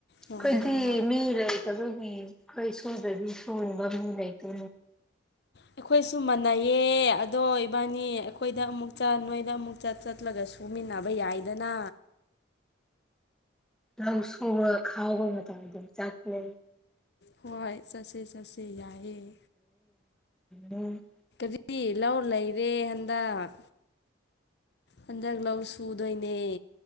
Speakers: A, on the left (about 55°); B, in the centre.
A: ꯅꯣꯡꯃ
B: ꯀꯗꯤ
A: ꯅꯣꯡꯃ
B: ꯃꯤ ꯂꯩ ꯇꯁꯨꯒꯤ ꯁꯨꯗꯗꯤ ꯁꯣꯅꯕꯝꯅꯤ ꯂꯩꯇ
A: ꯑꯩꯈꯣꯏꯁꯨ ꯃꯥꯟꯅꯩꯌꯦ ꯑꯗꯣ ꯏꯕꯥꯅꯤ ꯑꯩꯈꯣꯏꯗ ꯑꯃꯨꯛ ꯆꯠ ꯅꯣꯏꯗ ꯑꯃꯨꯛ ꯆꯠ ꯆꯠꯂꯒꯁꯨ ꯁꯨꯃꯤꯟꯅꯕ ꯌꯥꯏꯗꯅ
B: ꯂꯧ ꯁꯨꯕꯥ ꯈꯥꯒꯣ ꯈꯥꯎꯕ ꯃꯇꯝ ꯆꯠꯂꯤ
A: ꯍꯣꯏ ꯆꯠꯁꯦ ꯆꯠꯁꯦ ꯌꯥꯏꯑꯦ
B: ꯎꯝ
A: ꯔꯤ ꯂꯧ ꯂꯩꯔꯦ ꯍꯟꯗꯛ ꯍꯟꯗꯛ ꯂꯧ ꯁꯨꯗꯣꯏꯅꯦ